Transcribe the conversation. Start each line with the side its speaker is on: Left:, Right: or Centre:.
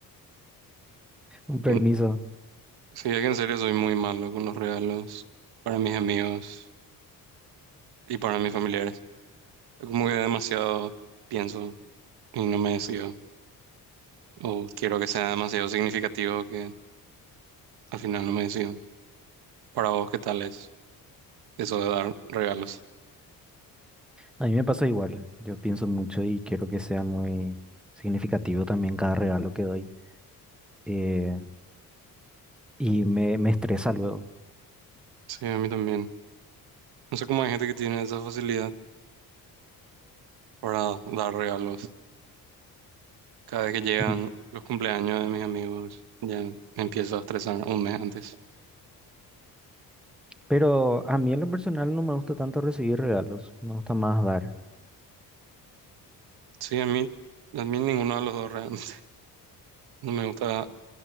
Centre: <laughs> un permiso.
Right: Mm, Sí, es que en serio soy muy malo con los regalos para mis amigos y para mis familiares. Es Como que demasiado pienso y no me decido. O quiero que sea demasiado significativo que al final no me decido. Para vos, ¿qué tal es eso de dar regalos?
Centre: A mí me pasa igual, yo pienso mucho y quiero que sea muy significativo también cada regalo que doy. eh, y me, me estresa luego.
Right: Sí, a mí también. No sé cómo hay gente que tiene esa facilidad para dar regalos. Cada vez que llegan
Centre: Mm.
Right: los cumpleaños de mis amigos, ya me empiezo a estresar un mes antes.
Centre: Pero a mí en lo personal no me gusta tanto recibir regalos, me gusta más dar.
Right: Sí, a mí, a mí ninguno de los dos realmente. <laughs> No me gusta